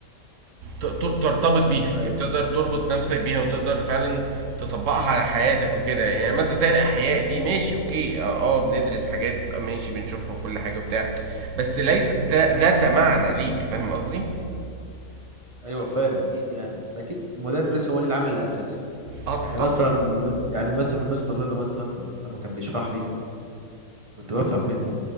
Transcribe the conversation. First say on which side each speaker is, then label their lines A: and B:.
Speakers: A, on the right (about 65°); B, on the right (about 35°).
A: ت- ت- ترتبط بيها
B: ايوه
A: يعني تقدر تربط نفسك بيها وتقدر فعلا تطبقها على حياتك وكده يعني مادة زي الأحياء دي ماشي أوكي اه آه، بندرس حاجات آه، ماشي بنشوفها وكل حاجة وبتاع بس ليست ذا- ذات معنى ليك فاهم قصدي؟
B: ايوه فاهم اكيد يعني بس اكيد المدرس هو اللي العامل الاساسي
A: اه
B: يعني
A: طبعا
B: مثلا
A: يعني.
B: يعني مثلا مستر رضا مثلا لما كان بيشرح لي كنت بفهم منه